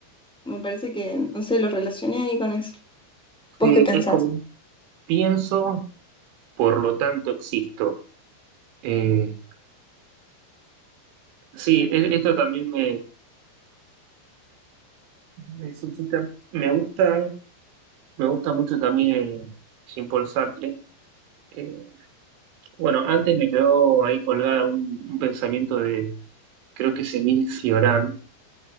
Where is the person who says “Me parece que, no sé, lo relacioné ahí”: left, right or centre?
Centre